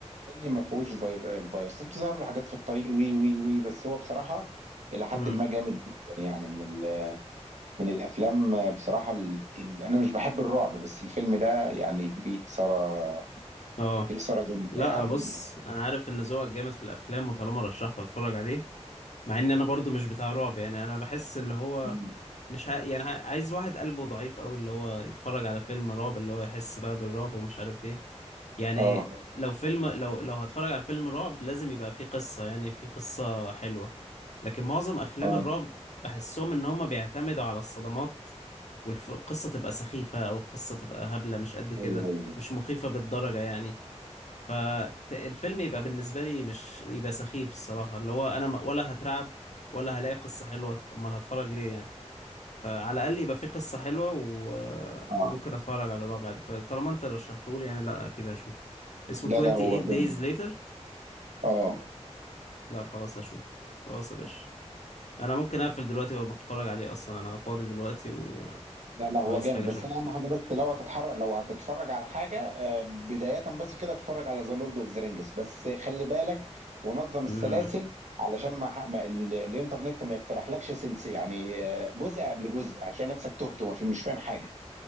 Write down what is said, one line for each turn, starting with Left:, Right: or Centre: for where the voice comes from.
Right: تاني ما فيهوش فير- الفيروس بتظهر له حاجات في الطريق وي وي وي بس هو بصراحة إلى حد
Left: امم
Right: ما جامد جدا يعني من من الافلام بصراحه اللي انا مش بحب الرعب بس الفيلم ده يعني فيه اثاره
Left: اه
Right: فيه اثاره جامده
Left: لا
Right: يعني
Left: بص انا عارف ان ذوقك جامد في الافلام وطالما رشحته هتفرج عليه مع ان انا برضو مش بتاع رعب يعني انا بحس اللي هو
Right: مم.
Left: مش ع... يعني ع- عايز واحد قلبه ضعيف قوي اللي هو يتفرج على فيلم رعب اللي هو يحس بقى بالرعب ومش عارف ايه يعني
Right: اه
Left: لو فيلم لو لو هتفرج على فيلم رعب لازم يبقى فيه قصة يعني فيه قصة حلوة لكن معظم أفلام
Right: اه
Left: الرعب بحسهم إن هما بيعتمدوا على الصدمات والقصة تبقى سخيفة أو القصة تبقى هبلة مش قد كده
Right: ايوه ايوه
Left: مش مخيفة بالدرجة يعني فالفيلم يبقى بالنسبة لي مش يبقى سخيف الصراحة اللي هو أنا ما- ولا هترعب ولا هلاقي قصة حلوة أمال هتفرج ليه يعني فعلى الاقل يبقى في قصه حلوه و... وممكن
Right: اه
Left: اتفرج على الرابع دي فطالما انت رشحته لي يعني لا اكيد هشوف اسمه
Right: لا
Left: 28
Right: لا هو جامد
Left: days later
Right: اه
Left: لا خلاص هشوف خلاص يا باشا انا ممكن اقفل دلوقتي وبتفرج عليه اصلا انا فاضي دلوقتي و...
Right: لا لا هو
Left: وعايز
Right: جامد
Left: حاجه
Right: بس
Left: اشوفها
Right: انا اهم حاجه بس لو هتتحرك لو هتتفرج على حاجه آه، بدايه بس كده اتفرج على ذا لورد اوف ذا رينجز بس خلي بالك ونظم
Left: امم
Right: السلاسل علشان ما, ح- ما ال- الانترنت ما يقترحلكش سلسله يعني آه، جزء قبل جزء هتلاقي نفسك تهت ومش فاهم حاجه